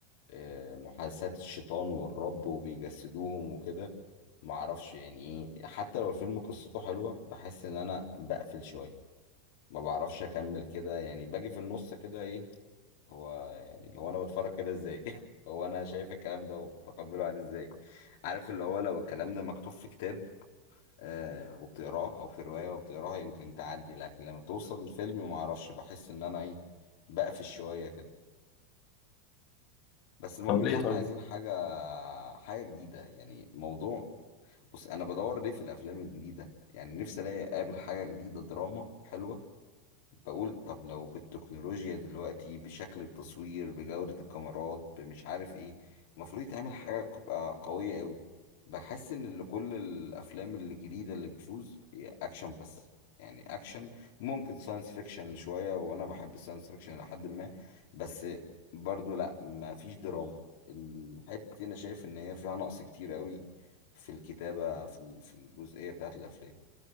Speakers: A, on the left (about 60°); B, on the left (about 35°).
A: آه، محادثات الشيطان والرب وبيجسدوهم وكده معرفش يعني إيه حتى لو الفيلم قصته حلوة بحس إن أنا بقفل شوية ما بعرفش أكمل كده يعني باجي في النص كده إيه هو يعني هو أنا بتفرج كده إزاي <laughs> هو أنا شايف الكلام ده ومتقبله عادي إزاي عارف اللي هو لو الكلام ده مكتوب في كتاب آه وبتقراه او في روايه وبتقراها يمكن تعدي لكن لما توصل الفيلم ما اعرفش بحس ان انا ايه بقفش شويه كده بس المهم
B: طب
A: ان
B: ليه
A: احنا
B: طيب؟
A: عايزين حاجه حاجه جديده يعني موضوع بص انا بدور ليه في الافلام الجديده يعني نفسي الاقي اقابل حاجه جديده دراما حلوه بقول طب لو بالتكنولوجيا دلوقتي بشكل التصوير بجودة الكاميرات بمش عارف ايه المفروض يتعمل حاجة تبقى قوية قوي بحس ان اللي كل الافلام الجديدة اللي بتفوز هي اكشن بس يعني اكشن ممكن ساينس فيكشن شوية وانا بحب الساينس فيكشن لحد ما بس برضو لا ما فيش دراما الحتة دي انا شايف ان هي فيها نقص كتير قوي في الكتابة في ال- في الجزئية بتاعت الافلام